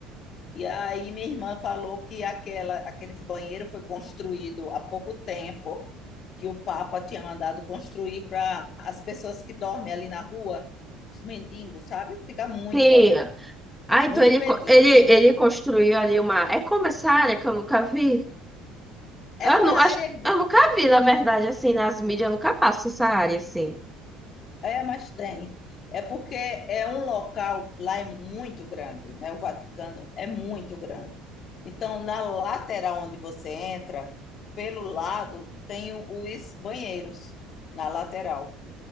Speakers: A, on the left; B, in the centre.
A: E aí minha irmã falou que aquela, aquele banheiro foi construído há pouco tempo, que o Papa tinha mandado construir para as pessoas que dormem ali na rua, os mendigos, sabe? Fica muito
B: Sim.
A: ali,
B: Ah, então
A: muito
B: ele,
A: pedinte.
B: co- ele, ele construiu ali uma. É como essa área que eu nunca vi?
A: É
B: Eu,
A: uma
B: não, acho,
A: área
B: eu nunca vi, na verdade, assim, nas mídias, eu nunca passo essa área assim.
A: É, mas tem. É porque é um local, lá é muito grande, né? O Vaticano é muito grande. Então, na lateral onde você entra, pelo lado, tem o- os banheiros, na lateral.